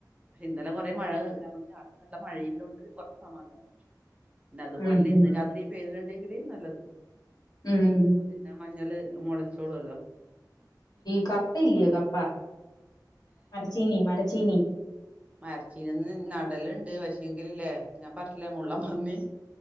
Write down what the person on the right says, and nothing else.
പക്ഷെ ഇന്നലെ കുറെ മഴ നമക്ക് രാത്രി നല്ല മഴയില്ലോണ്ട് കുറച്ച് സമാധമാണ് പിന്ന അതുപോലെെ
ഇന്ന് രാത്രി പെയ്തിട്ടുണ്ടെങ്കില് നല്ലത്
അ പിന്നെ മഞ്ഞള് മുളച്ചോടുല്ലോ
മരച്ചീനന്ന് നടലുണ്ട് പക്ഷേയേങ്കിലല്ലേ ഞാൻ പറില്ലേ മുള്ളൻ പന്നി